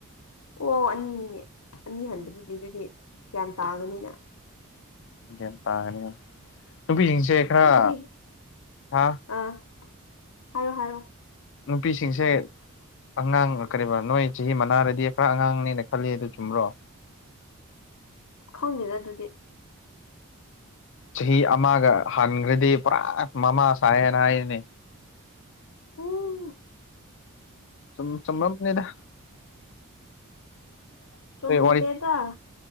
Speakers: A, on the left (about 85°); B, on the left (about 55°).
A: ꯑꯣ ꯑꯅꯤꯅꯤꯅꯦ ꯑꯅꯤ ꯍꯟꯕꯗꯨꯗꯤ ꯑꯗꯨꯗꯤ ꯒ꯭ꯌꯥꯟ ꯇꯥꯒꯅꯤꯅ
B: ꯒ꯭ꯌꯥꯟ ꯇꯥꯒꯅꯤ ꯍꯣꯢ ꯅꯨꯄꯤꯁꯤꯡꯁꯦ ꯈꯔ
A: ꯑꯩꯕꯨꯗꯤ
B: ꯊꯥ
A: ꯑꯥ ꯍꯥꯏꯔꯣ ꯍꯥꯏꯔꯣ
B: ꯅꯨꯄꯤꯁꯤꯡꯁꯦ ꯑꯉꯥꯡ ꯀꯔꯤꯕ ꯅꯣꯏ ꯆꯍꯤ ꯃꯅꯥꯔꯗꯤ ꯈꯔ ꯑꯉꯥꯡꯅꯦꯅ ꯈꯜꯂꯤ ꯑꯗꯨ ꯆꯨꯝꯕ꯭ꯔꯣ
A: ꯈꯪꯗꯦꯗ ꯑꯗꯨꯗꯤ
B: ꯆꯍꯤ ꯑꯃꯒ ꯍꯟꯈ꯭ꯔꯗꯤ ꯄꯨꯔꯥ ꯃꯃꯥ ꯁꯥꯏꯌꯦꯅ ꯍꯥꯏꯌꯦꯅꯤ
A: ꯎ
B: ꯁꯨꯝ ꯆꯨꯝꯃꯝꯅꯤꯗ
A: ꯆꯨꯃ
B: ꯋꯥꯔꯤ
A: ꯗꯦꯗ